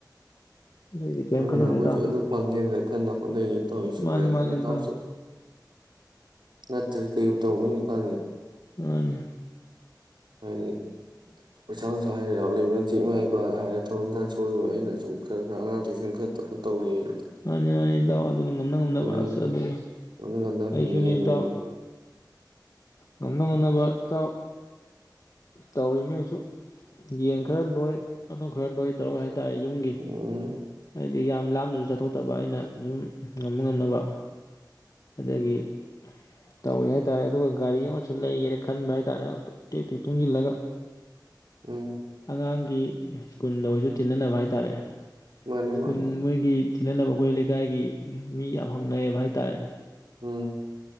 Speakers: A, on the left; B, on the right.
A: ꯑꯗꯨꯒꯤꯗꯤ ꯀꯔꯤꯝ
B: ꯍꯣꯏꯅꯦ
A: ꯈꯜꯂꯨꯅꯨ
B: ꯑꯩꯈꯣꯏꯁꯨ
A: ꯏꯇꯥꯎ
B: ꯑꯗꯨ ꯐꯪꯒꯦꯅ ꯈꯟꯅ ꯍꯣꯠꯅꯔꯤꯅꯤ ꯇꯧꯁꯨ
A: ꯃꯥꯅꯤ ꯃꯥꯅꯤ
B: ꯅ
A: ꯏꯇꯥꯎ
B: ꯇꯧꯁꯨ ꯆꯠꯇ꯭ꯔꯗꯤ ꯀꯩꯕꯨ ꯇꯧꯅꯤ ꯍꯧꯖꯤꯛꯀꯥꯟꯗ
A: ꯃꯅꯦ
B: ꯍꯥꯏꯗꯤ ꯄꯩꯁꯥ ꯅꯨꯡꯁꯥ ꯍꯥꯏꯔ ꯌꯥꯝ ꯂꯩꯕ꯭ꯔꯅ ꯆꯦꯛ ꯃꯥꯏꯕ ꯍꯥꯏꯔꯦ ꯊꯕꯛ ꯏꯪꯈꯥꯡ ꯁꯣꯏꯔꯣ ꯑꯩꯅ ꯁꯨꯝ ꯈꯔ ꯈꯔ ꯑꯉꯥꯡ ꯇꯁꯟ ꯈꯠꯇꯧꯅ ꯇꯧꯔꯤꯌꯦ
A: ꯃꯥꯅꯤ ꯃꯥꯅꯤ ꯏꯇꯥꯎ ꯑꯗꯨꯅꯤ ꯉꯝꯅ ꯉꯝꯅꯕ
B: ꯍꯥꯏꯁꯦ
A: ꯑꯁ ꯑꯗꯨꯗꯤ
B: ꯉꯝꯅ ꯉꯝꯅ
A: ꯑꯩꯁꯨꯅꯦ
B: ꯍꯤꯡꯉꯤ ꯑꯗꯨꯅꯤꯅꯦ
A: ꯏꯇꯥꯎ ꯎ ꯉꯝꯅ ꯉꯝꯅꯕ ꯏꯇꯥꯎ ꯇꯧꯔꯤꯅꯤ ꯑꯩꯁꯨ ꯌꯦꯟ ꯈꯔ ꯂꯣꯏ ꯉꯥꯅꯨ ꯈꯔ ꯂꯣꯏ ꯇꯧꯔ ꯍꯥꯏ ꯇꯥꯏ ꯌꯨꯝꯒꯤ
B: ꯎꯝ
A: ꯍꯥꯏꯗꯤ ꯌꯥꯝ ꯂꯥꯞꯅꯁꯨ ꯆꯠꯊꯣꯛꯇꯕ ꯑꯩꯅ ꯑꯗꯨꯝ ꯉꯝꯅ ꯉꯝꯅꯕ ꯑꯗꯒꯤ ꯇꯧꯔꯦ ꯍꯥꯏ ꯇꯥꯔꯦ ꯑꯗꯨꯒ ꯒꯥꯔꯤ ꯑꯃꯁꯨ ꯂꯩꯒꯦꯅ ꯈꯟꯕ ꯍꯥꯏꯇꯥꯔꯦ ꯇꯦꯛ ꯇꯦꯛ ꯇꯨꯡꯁꯤꯜꯂꯒ
B: ꯎꯝ
A: ꯑꯉꯥꯡꯒꯤ ꯁ꯭ꯀꯨꯟꯗ ꯑꯣꯏꯁꯨ ꯊꯤꯟꯅꯅꯕ ꯍꯥꯏꯇꯥꯔꯦ
B: ꯃꯥꯅꯤ
A: ꯁ꯭ꯀꯨꯜ
B: ꯃꯥꯅꯤ
A: ꯃꯣꯏꯒꯤ ꯊꯤꯅꯅꯕ ꯑꯩꯈꯣꯏ ꯂꯩꯀꯥꯏꯒꯤ ꯃꯤ ꯌꯥꯝ ꯍꯪꯅꯩꯌꯦꯕ ꯍꯥꯏꯇꯥꯔꯦ
B: ꯎꯝ